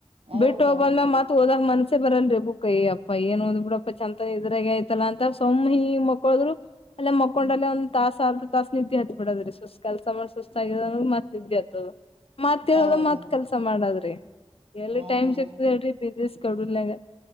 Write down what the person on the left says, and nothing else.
ಬಿಟ್ಟು ಹೋಗಬಂದ ಮತ್ ಹೋದಾಗ ಮನ್ಸ ಬರಲ್ರಿ ಬುಕ್ಯ್ಯಯಪ್ಪ ಏನು ಓದ್ ಬಿಡಪ್ಪ ಚಂದಿತನ ಇದ್ರಾಗೆ ಆಯ್ತಲ್ಲ ಅಂತ ಸುಮ್ನೆ ಮಕ್ಕೊಣೋದು ಹೋದರು ಅಲ್ಲ ಮಕ್ಕೊಂಡಲ್ಲೇ
ಒಂದ್ ತಾಸ ಆದ ಒಂದು ತಾಸ್ ನಿದ್ದೆ ಹತ್ತಿ ಬಿಡದ್ರೀ ಸುಸ್ತ ಕೆಲಸ ಮಾಡ ಸುಸ್ತ ಆಗ್ರ ಮತ್ ನಿದ್ದೆ ಹತ್ತದು ಮತ್ ಯಳದ
ಮತ್ ಕೆಲ್ಸ ಮಾಡದ್ ಎಲ್ಲಿ
ಟೈಮ್
ಸಿಗ್ತದೆ ಹೇಳ್ರಿ ಬೇಗ ಪ್ಲೀಸ್ ಕಡೂರ್ನಾಗ